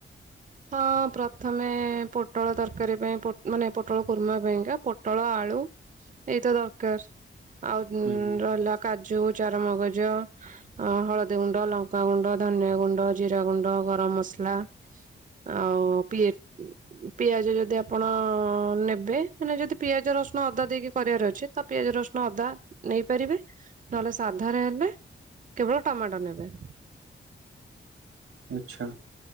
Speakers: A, on the right; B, on the right.
A: ହଁ ପ୍ରଥମେ ପୋଟଳ ତରକାରୀ ପାଇଁ ମାନେ ପୋଟଳ କୁରମା ପାଇଁକା ପୋଟଳ ଆଳୁ ଏଇତ ଦରକାର ଆଉ
B: ହୁଁ ହୁଁ।
A: ରହିଲା କାଜୁ ଚାରମଗଜ ଅ ହଳଦୀ ଗୁଣ୍ଡ, ଲଙ୍କାଗୁଣ୍ଡ, ଧନିଆଗୁଣ୍ଡ, ଜିରାଗୁଣ୍ଡ, ଗରମ ମସଲା
B: <inaudible>
A: ଆଉ ପି ପିଆଜ ଯଦି ଆପଣ ନେବେ ମାନେ ଯଦି ପିଆଜ, ରସୁଣ ଅଦା ଦେଇକି କରିବାର ଅଛି ତ ପିଆଜ ରସୁଣ ଅଦା ନେଇପାରିବେ ନହେଲେ ସାଧାରେ ହେଲେ କେବଳ ଟମାଟୋ ନେବେ
B: ଆଚ୍ଛା